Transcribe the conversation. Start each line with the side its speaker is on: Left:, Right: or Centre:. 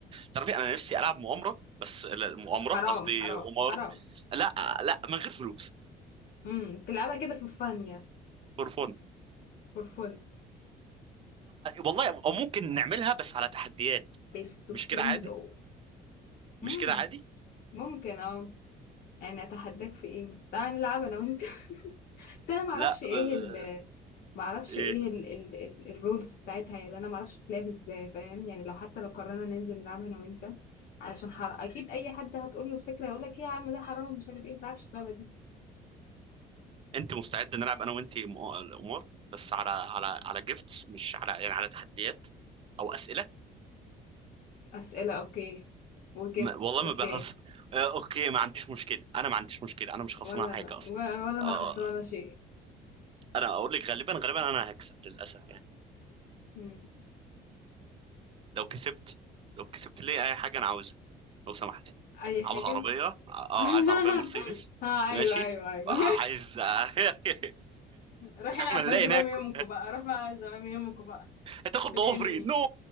Right: تعرفي انا نفسي العب مؤامره بس لا، مؤامره
Left: حرام
Right: قصدي
Left: حرام
Right: قمار
Left: حرام
Right: لا لا من غير فلوس
Left: امم تلعبها كده في الفن يعني
Right: فور فون
Left: فور فن
Right: والله او ممكن نعملها بس على تحديات
Left: بيست
Right: مش
Left: فريند
Right: كده عادي
Left: او
Right: مش
Left: امم
Right: كده عادي
Left: ممكن اه يعني اتحداك في ايه بس تعالى نلعب انا وانت <laughs> بس انا معرفش
Right: لا
Left: ايه
Right: ب... ب-
Left: ال معرفش
Right: إيه.
Left: ايه ال ال ال الرولز بتاعتها يعني انا معرفش بتتلعب ازاي فاهم يعني لو حتى لو قررنا ننزل نلعبها انا وانت علشان حر... اكيد اي حد هتقول له الفكره هيقول لك ايه يا عم ده حرام مش عارف ايه ما تلعبش اللعبه دي
Right: انت مستعد نلعب انا وانت مؤ- قمار بس على على على جيفتس مش على يعني على تحديات او اسئله
Left: اسئله اوكي وجيفتس
Right: ما... والله
Left: اوكي
Right: ما بهزر آه، اوكي ما عنديش مشكله انا ما عنديش مشكله انا مش خسران
Left: ولا
Right: حاجه
Left: انا
Right: اصلا
Left: ولا ولا انا
Right: آه،
Left: خسرانه شيء
Right: انا اقول لك غالبا غالبا انا هكسب للاسف يعني
Left: مم.
Right: لو كسبت لو كسبت لي اي حاجه انا عاوزها لو سمحتي
Left: اي
Right: عاوز
Left: حاجه
Right: عربيه اه
Left: <laughs>
Right: آه، عايز عربيه مرسيدس
Left: اه
Right: ماشي
Left: ايوه ايوه ايوه
Right: عايز <laughs>
Left: <laughs> روح العب
Right: لما نلاقي
Left: بقى زمام
Right: ناكل
Left: يومكم بقى روح بقى زمام يومكم بقى
Right: هتاخد
Left: في الانمي
Right: ضوافري نو